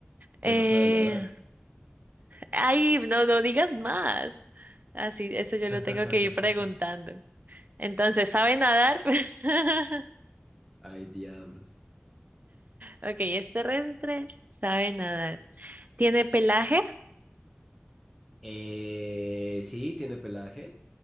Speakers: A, on the right; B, in the centre.
A: Eh,
B: pero sabe nadar.
A: ay, no, no digas más. Así, eso yo
B: <laughs>
A: lo tengo que ir preguntando. Entonces, ¿sabe nadar? <laughs>
B: Ay, diablos.
A: Ok, es terrestre, sabe nadar. ¿Tiene pelaje?
B: Eh, sí, tiene pelaje.